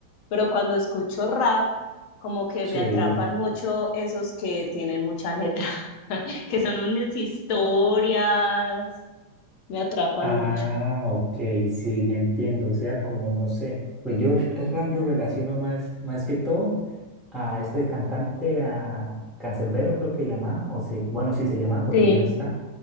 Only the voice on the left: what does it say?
pero cuando escucho rap, como que
me atrapan mucho esos que tienen mucha letra, <laughs> que son unas historias, me atrapan
mucho.
Sí,